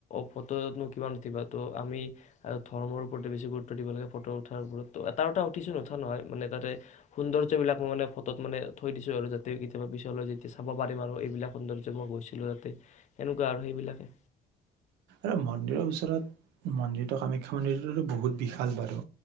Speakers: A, on the left (about 45°); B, on the right (about 85°).
A: ফটোনো কিমান উঠিবা ত' আমি ধৰ্মৰ ওপৰতে বেছি গুৰুত্ব দিব লাগে ফটো উঠাৰ ওপৰত ত এটা দুটা উঠিছো নুঠা নহয় মানে তাতে সৌন্দৰ্যবিলাক মই মানে ফটোত মানে থৈ দিছোঁ আৰু যাতে কেতিয়াবা পি যে চাব পাৰিম আৰু এইবিলাক সৌন্দৰ্য মই গৈছিলো তাতে সনেকুৱা আৰু সেইবিলাকে,
B: আৰু মন্দিৰৰ ওচৰত মন্দিৰটো কামাখ্যা মন্দিৰটোতো বহুত বিশাল বাৰু